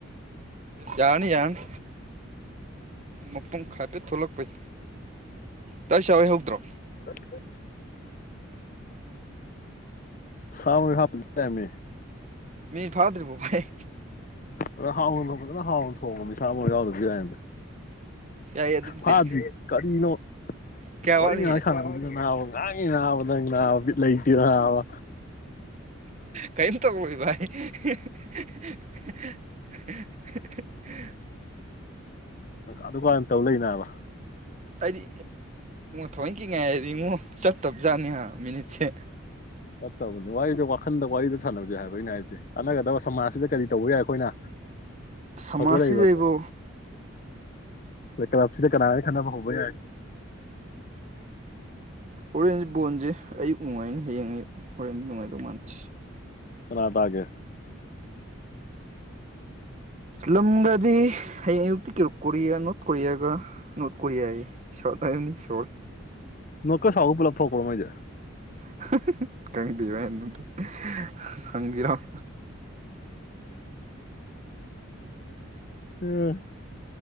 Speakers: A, on the right (about 35°); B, on the left (about 40°).
A: ꯌꯥꯔꯅꯤ ꯌꯥꯔꯅꯤ ꯃꯄꯨꯡ ꯈꯥꯇꯦ ꯊꯣꯛꯂꯛꯄꯩ ꯇ ꯁꯏ ꯍꯧꯗ꯭ꯔꯣ
B: ꯍ ꯁꯃꯅ ꯍꯥꯞꯄꯗꯃꯤ
A: ꯃꯤꯅꯤ ꯐꯥꯎꯗ꯭ꯔꯔꯤꯔꯤꯕꯣꯄꯥꯏ
B: ꯑꯗ ꯍꯥꯎꯅ ꯐꯖꯅ ꯍꯥꯎꯅ ꯊꯣꯡꯕ ꯅꯤꯁꯥ ꯃ ꯌꯥꯎꯗꯕꯗꯤ ꯌꯥꯏꯅꯦ
A: ꯌꯥꯏꯌꯦ ꯑꯗꯨꯕꯨꯗꯤ
B: ꯐꯥꯗ꯭ꯔꯤ ꯀꯔꯤꯅꯣ
A: ꯀꯌꯥ
B: ꯋꯥꯔꯤ
A: ꯋꯥꯠꯂꯤꯒꯦ
B: ꯉꯥꯏꯍꯥꯛ ꯈꯥꯗ ꯅꯥꯕ ꯉꯥꯡꯉꯤ ꯅꯥꯕ ꯅꯪ ꯅꯥꯕ ꯂꯩꯇꯦ ꯅꯥꯕ
A: ꯀꯩ ꯇꯧ ꯕꯥꯏ <unintelligible>
B: ꯑꯗꯨꯀꯥꯟ ꯇꯧ ꯂꯩꯅꯦꯕ
A: ꯑꯗꯤ ꯊꯑꯣꯏ ꯀꯤ ꯉꯥꯏ ꯏꯉꯣ ꯆꯠꯇꯕꯖꯥꯠꯅꯤ ꯃꯤꯅꯤꯠꯁꯦ
B: ꯆꯠꯇꯕꯅꯤ ꯋꯥꯔꯤꯁꯦ ꯋꯥꯈꯟꯗ ꯋꯥꯔꯤꯗ ꯁꯥꯟꯅꯕꯁꯦ ꯍꯥꯏꯕ ꯑꯩꯅ ꯍꯥꯏꯁꯦ ꯀꯥꯟꯅꯒꯗꯕ ꯁꯃꯥꯖꯁꯤꯗ ꯀꯔꯤ ꯇꯧꯕ ꯌꯥꯏ ꯑꯩꯈꯣꯏꯅ
A: ꯁꯃꯥꯖꯁꯤꯗꯕꯣ
B: ꯍꯧꯒꯠꯂꯛꯏꯕ ꯀꯂꯞꯁꯤꯗ ꯀꯥ ꯈꯥꯟꯅꯕ ꯐꯕ
A: ꯍꯣꯔꯦꯟꯁ ꯕꯣꯟꯁꯦ ꯑꯩ ꯅꯨꯡꯉꯥꯏꯅ ꯍꯌꯦꯡꯉꯩ ꯍꯣꯔꯦꯟꯅ ꯅꯨꯡꯉꯥꯏꯗꯣ ꯃꯥꯟꯁꯤ
B: ꯀꯅꯥꯗꯒꯦ
A: ꯂꯝꯒꯗꯤ ꯍꯌꯦꯡ ꯑꯌꯨꯛꯛꯇꯤ ꯀꯣꯔꯤꯌꯥ ꯅꯣꯔꯠ ꯀꯣꯔꯤꯌꯥꯒ ꯅꯣꯔꯠ ꯀꯣꯔꯤꯌꯥꯒꯤ ꯁꯥꯎꯠ ꯍꯥꯏꯅꯤ ꯁꯣꯔ
B: ꯅꯀ ꯁꯥꯎ ꯄꯤꯂ ꯐꯣꯀ ꯃꯣꯏꯖꯦ
A: <unintelligible> ꯀꯪꯤ ꯋꯥꯗꯤ ꯀꯪꯤꯔꯥꯎ
B: ꯎꯝ